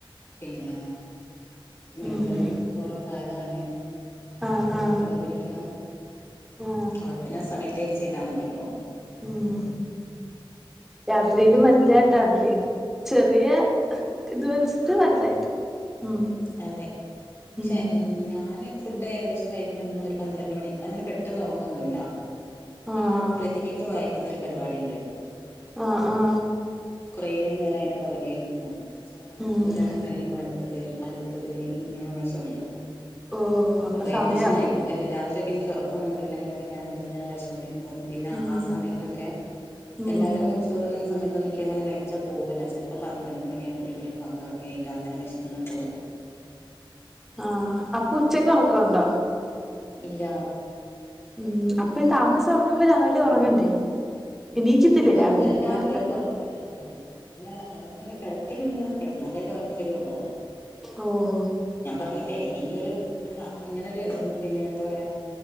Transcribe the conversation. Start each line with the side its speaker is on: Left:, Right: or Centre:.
Left: പിന്നെ മീൻ
Centre: ഉം
Left: കറി
Centre: ഉം
Left: <unintelligible>
Centre: ആഹ് ആഹ്
Left: പപ്പടം പൊരിയ്ക്കണം <unintelligible>
Centre: ആഹ്
Left: സമയ <unintelligible> ചെയ്ത മതിയല്ലോ
Centre: മ് രാത്രില് വലുതായിട്ട് ആണ് അല്ലെ ചെറിയ ഇത് വെച്ചിട്ട് വലുതായിട്ട് ഉം
Left: അതേയ് പക്ഷെ
Centre: ഉം
Left: ഞാന് ഫുഡ്‌ ഏകദേശം കഴിക്കുമ്പോ എന്നും ഒരു പന്ത്രണ്ട് മണി ഒക്കെ ഞാൻ അങ്ങനെ പെട്ടന്ന് ഉറങ്ങു ഒന്നുയില്ല എനിക്കിങ്ങനെ
Centre: ആഹ്
Left: <unintelligible> വായിക്കുന്ന ഒരു പരിപാടി <unintelligible>
Centre: ആ ആ
Left: കൊറേ നേരം അതിന്റെ പിറകെ ആയിരിക്കും എന്ന് വെച്ച
Centre: ഉം
Left: ഒരെണം കഴിയുമ്പോ അടുത്തത് അടുത്തത് ഇങ്ങനെ വായിച്ചോണ്ട് ഇരിക്കും
Centre: ഓ അപ്പൊ
Left: അപ്പ ഏകദേശം
Centre: സമയാവൂല്ലേ
Left: നൈറ്റ്‌ ആ രാത്രി ഒക്കെ എനിക്ക് ഉറ ഇക്ക വന്നിട്ടില്ലെങ്കിലൊക്കെ ഞാൻ ഇത് ഇങ്ങനെ വായിച്ചോണ്ട് ഇരി അപ്പം പിന്നെ
Centre: ഉം
Left: ആ സമയത്ത് ഒക്കെ
Centre: ഉം
Left: എല്ലാവരും ചോറുണ്ണുന്ന സമയതൊന്നും എനിക്ക് അങ്ങനെ കയിച്ച പോവൂല്ല ചെല പന്ത്രണ്ട് മണി ആവും ഒരു മണി ആവുമ്പോ എന്നിട്ട് അന്നേരം വിശക്കുന്ന് എന്ന്
Centre: അ അപ്പൊ ഉച്ചക്ക് ഉറ <unintelligible> ണ്ടോ
Left: ഇല്ല
Centre: മ് അപ്പൊ താമസിച്ച് ഉറങ്ങുമ്പോ രാവിലേ ഉറങ്ങണ്ടേ എണീക്കത്തില്ലേ
Left: അങ്ങ് രാവിലെ
Centre: നേരത്തെ
Left: എനിക്ക് ഉറക്കം വരില്ല അങ്ങനെ അങ്ങനെ കിടക്കാല്ലില്ല കിടന്നാൽ അല്ലെ ഉറക്കം വരോള്
Centre: ഓ ഓ
Left: ന്നില്ലേ ഈ ഒരു അ ഇങ്ങനൊരു പിന്നെ ന്താ പറയാ